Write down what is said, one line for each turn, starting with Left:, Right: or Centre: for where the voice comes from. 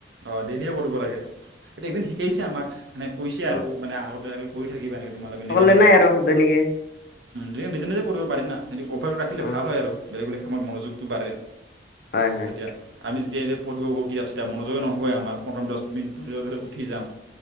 Right: অঁ ডেইলী কৰিব লাগে। একদিন শিকাইছে আমাক মানে কৈছে
Left: অ
Right: আৰু মানে আগতে কৰি থাকিবা এনেকে তোমালে নিজে নিজে।
Left: জানাই আৰু তেনেকেই।
Right: দে নিজে নিজে কৰিব পাৰি না সেইটো পকেটত ৰাখিলে
Left: অ
Right: ভাল হয় আৰু বেলেগ বেলেগ কামত মনোযোগটো বা়ৰে।
Left: হয় হয়
Right: তেতিয়া- আমি যেতিয়া যেতিয়া পঢ়িব বহো কিতাপ চিতাপ মনোযোগয়ে নহয় আমাৰ পোন্ধ দহ মিনি পৰে পৰে উঠি যাওঁ।